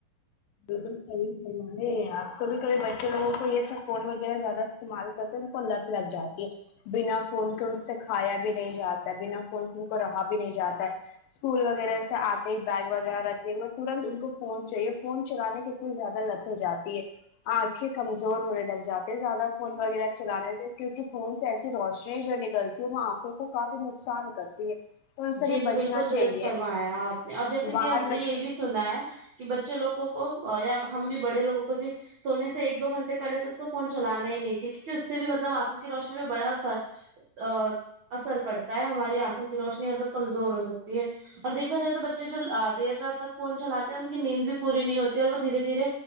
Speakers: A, on the left; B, on the right.
A: بالکل صحیح سلے آپ کبھی کبھی بچے لوگوں کو یہ سب فون وغیرہ زیادہ استعمال انکو لت لگ جاتی ہے بنا فون کے ان سے کھایا بھی نہیں جاتا بنا فون کے ان کو رہا بھی نہیں جاتا ہے اسکول وغیرہ سے آتے بیگ وغیرہ رکھتے ترنت ان کو فون چاہیے فون چلانے کتنی زیادہ لت ہو جاتی ہے آنکھیں کمزور ہونے لگ جاتے زیادہ فون وغیرہ چلانے سے کیونکہ فون سے ایسی روشنی جو ڈلتی ہے وہاں آنکھوں کو کافی نقصان کرتی ہے ان سے
B: جی
A: بھی
B: تو
A: بچنا
B: بالکل درست
A: چاہیے
B: فرمایا آپ نے اور جیسے
A: باہر
B: کہ ہم نے
A: بچے
B: یہ بھی سنا ہے کہ بچے لوگوں کو یا ہم بھی بڑے لوگوں کو بھی سونے سے ایک دو گھنٹے پہلے تک تو فون چلانا ہی نہیں چاہے کیونکہ اس سے بھی مطلب آنکھوں کی روشنی میں بڑا ا اثر پڑتا ہے ہماری آنکھوں کی روشنی مطلب کمزور ہو سکتی ہے اور دیکھا جائے تو بچے جو دیر رات تک فون چلاتے ہیں ان کی نیند بھی پوری نہیں ہوتی ہے اور وہ دھیرے دھیرے